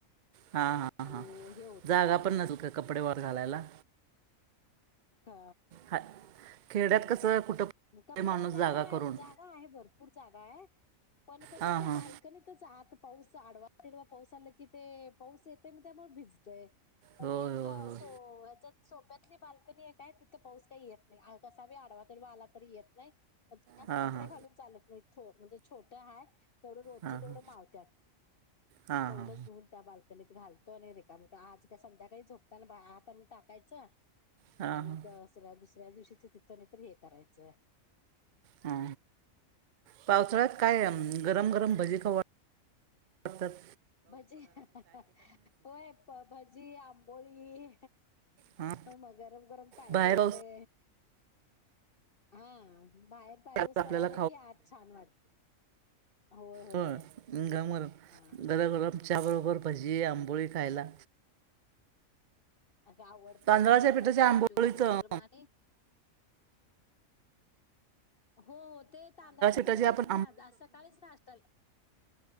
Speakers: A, on the right (about 55°); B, on the left (about 45°).
A: हा हा
B: आणि
A: हा
B: हे होतय
A: जागा पण नसल का कपडे वर घालायला.
B: अ का?
A: हा खेड्यात
B: आणि
A: कसं
B: काय
A: कुठं आहे
B: कपडे
A: माणूस
B: जागा आहे
A: करून
B: जागा आहे भरपूर जागा आहे. पण कसं
A: हां
B: ते
A: हां
B: बालकनीतच आत पाऊस आडवा तेिडवा पाऊस आला की ते पाऊस येते मग त्यामुळे भिजतय. मग
A: होय
B: एक
A: होय होय
B: सो याच्यात सोप्यातली बालकनी एक आहे तिथे पाऊस काही येत नाही. कसा मी आडवा तरी आला तरी येत नाही जास्त
A: हां
B: कपडे
A: हां
B: घालून चालत नाही. म्हणजे छोटे हा तेवढे रोजचे
A: हां हां
B: तेवढे मावत्यात.
A: हां
B: मग तेवढंच
A: हां
B: धुऊन त्या बालकनीत घालतो आणि रे का मग आज संध्याकाळी झोपताना बा आत आण टाकायचं
A: हां
B: आणि
A: हां
B: दसऱ्या दुसऱ्या दिवशीच तिथं नाही तर हे करायचंय.
A: ह पावसाळ्यात काय गरम गरम भजी खा.. सतत.
B: भजी होय प भजी आंबोळी
A: हां
B: मग गरम गरम पाहिजे
A: बाहेर
B: होते
A: पाऊस
B: हा बाहेर पाऊस
A: पडला आपल्याला
B: पडाला की आज छान वाटते. होय होय
A: हो गा गरम
B: हा
A: गरम बरोबर भजी आंबोळी. खायला.
B: अता आवडतय
A: तांदळाच्या
B: चटपटीत
A: पिठाच्या
B: पाहिजे
A: आंबोळीचं
B: होतय गरम आणि हो हो. ते तांदळाच्या पिठाचेच
A: पिठाची आपण
B: मी सकाळीच नाष्टाला.